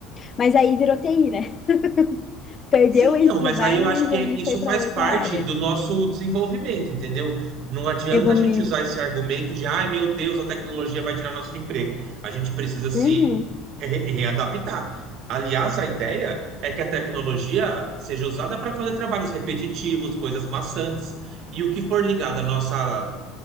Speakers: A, on the left; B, on the right.
A: Mas aí virou TI, né? <laughs> Perdeu
B: Sim, então,
A: esse
B: mas
A: trabalho,
B: aí eu acho
A: mas
B: que
A: aí
B: é- isso
A: foi para
B: faz
A: outra
B: parte
A: área,
B: do nosso desenvolvimento, entendeu? Não adianta
A: evoluindo.
B: a gente usar esse argumento de, ai, meu Deus, a tecnologia vai tirar nosso emprego. A gente precisa se
A: Uhum.
B: re- readaptar. Aliás, a ideia é que a tecnologia seja usada para fazer trabalhos repetitivos, coisas maçantes, e o que for ligado à nossa,